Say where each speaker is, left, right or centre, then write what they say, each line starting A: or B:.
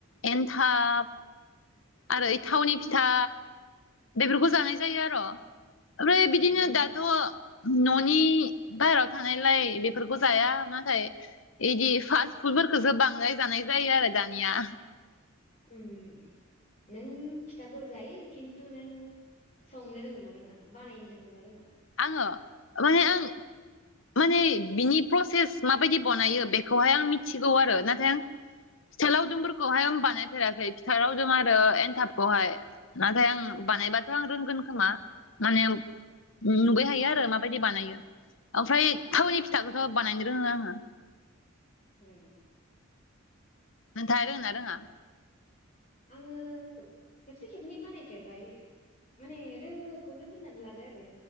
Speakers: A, on the left; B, on the left.
A: एन्थाब आरो थावनि फिथा बेफोरखौ जानाय जायो आरो। ओमफ्राय
B: जायो
A: बिदिनो
B: उम
A: दाथ' न'नि बायेरायाव थानायलाय बेफोरखौ जाया नाथाय बिदि फास्ट फुद फोरफोरखौसो बांनो जानाय जायो आरो दानिया
B: उम नों फिथाखौ जायो खिन्थु नों संनो रोङोना रोङा बानायनो रोंङोना रोङा
A: आङो माने आं माने बिनि प्रसेस माबायदि बानायो बेखौहाय आं मिथिगौ आरो नाथाय आं फिथाइ लावदुमफोरखौहाय आं बानायफेराखै फिथा लावदुम आरो एन्थाबखौहाय नाथाय आं बानायबाथ' आं रोंगोन खोमा माने नुबाय थायो आरो माबायदि बानायो ओमफ्राय थावनि फिथाखौथ' बानायनो रोङो आङो
B: ओ
A: नोंथाङा रोंयोना रोङा?
B: आङो खेबसे खेबनै बानायफेरबाय माने रोङोखौनो होननानै लादो आरो